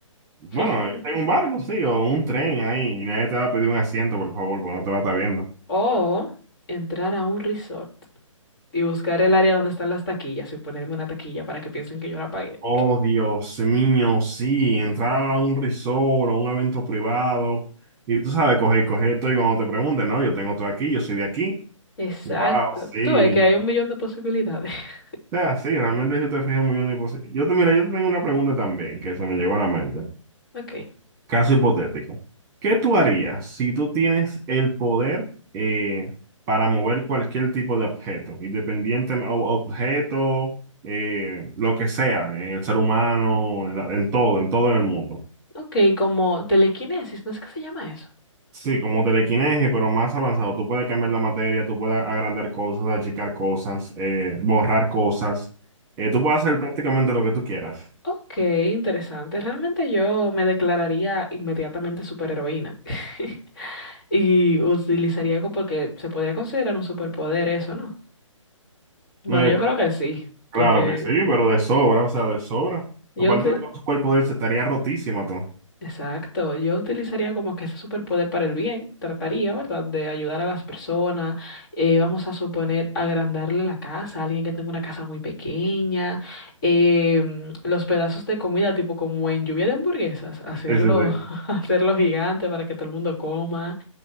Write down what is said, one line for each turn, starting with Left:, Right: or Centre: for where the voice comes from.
Right: bueno,
Left: <laughs>
Right: irse en un barco, sí, o un tren ahí, y nadie te va a pedir un asiento, por favor, porque no te va a estar viendo.
Left: O entrar a un resort y buscar el área donde están las taquillas y ponerme una taquilla para que piensen que yo la pagué.
Right: Oh, Dios mío, sí, entrar a un resort o un evento privado, y tú sabes, coger, coger esto, y cuando te pregunten, no, yo tengo todo aquí, yo soy de aquí.
Left: Exacto.
Right: Wow, sí.
Left: Tú ves que hay un millón de posibilidades. <laughs>
Right: sea, sí, realmente si usted fija muy bien, pues, yo te, mira, yo te tengo una pregunta también que se me llegó a la mente.
Left: Ok,
Right: Caso hipotético. ¿Qué tú harías si tú tienes el poder eh, para mover cualquier tipo de objeto, independiente o- objeto, eh, lo que sea, en el ser humano, en, la- en todo, en todo en el mundo?
Left: ok, como telequinesis, ¿no es que se llama eso?
Right: Sí, como telequinesis, pero más avanzado. Tú puedes cambiar la materia, tú puedes agrandar cosas, achicar cosas, eh, borrar cosas. Eh, tú puedes hacer prácticamente lo que tú quieras.
Left: Ok, interesante. Realmente yo me declararía inmediatamente superheroína. <laughs> Y utilizaría como porque se podría considerar un superpoder eso, ¿no? Bueno,
Right: Eh,
Left: yo creo que sí,
Right: Claro
Left: porque
Right: que sí, pero de sobra, o sea, de sobra.
Left: yo
Right: Aparte
Left: uti-
Right: de que su cuerpo de él se estaría rotísima, todo.
Left: Exacto, yo utilizaría como que ese superpoder para el bien, trataría, ¿verdad?, de ayudar a las personas, eh, vamos a suponer agrandarle la casa a alguien que tenga una casa muy pequeña, em, los pedazos de comida, tipo como en lluvia de hamburguesas, hacerlo,
Right: Sí, sí, sí.
Left: <laughs> hacerlo gigante para que todo el mundo coma.